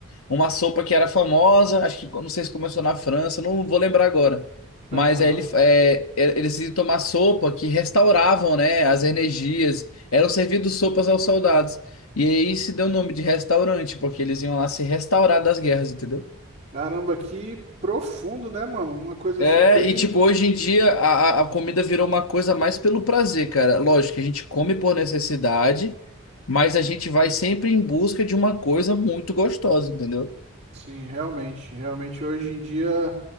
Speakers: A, on the left; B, on the right.
A: uma sopa que era famosa, acho que não sei se começou na França, não vou lembrar agora. Mas
B: Aham.
A: aí ele, é, é, eles iam tomar sopa que restauravam, né, as energias, eram servidos sopas aos soldados. E aí se deu o nome de restaurante, porque eles iam lá se restaurar das guerras, entendeu?
B: Caramba, que profundo, né, mano? Uma coisa
A: É,
B: assim bem
A: e tipo, hoje em dia a, a a comida virou uma coisa mais pelo prazer, cara. Lógico que a gente come por necessidade, mas a gente vai sempre em busca de uma coisa muito gostosa, entendeu?
B: Sim, realmente, realmente hoje em dia